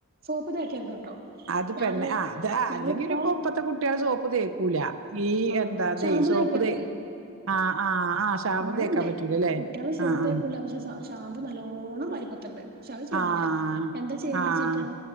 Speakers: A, on the right; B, on the right.
A: സോപ്പ് തേക്കരുത് കേട്ടോ
B: അത്
A: ഞാനേ
B: പെണ്ണെ അത്
A: ഞങ്ങളിപ്പോ
B: അല്ലെങ്കില് പ്പ ഇപ്പത്തെ കുട്ട്യള് സോപ്പ് തേക്കൂല. ഈ
A: ആഹ്
B: എന്താ
A: ഷാമ്പു
B: തെ സോപ്പുതെ
A: തേക്കരുത്
B: ആഹ് ആഹ് ആഹ് ഷാമ്പു
A: അങ്ങനെണ്ട്
B: തേക്കാൻ പറ്റൂല ല്ലേ?
A: കുട്ടികള് സോപ്പ്
B: ആഹ്
A: തേക്കൂല
B: ആഹ്
A: പക്ഷെ ഷാമ്പു നല്ലോണം വാരി പൊത്ത്ണ്ട്. പക്ഷേ അഹ് ചെയ്യാൻ
B: ആഹ്
A: പറ്റില്ല. എന്താ ചെയ്യേണ്ട്ന്ന്
B: ആഹ്
A: വെച്ചിട്ടാ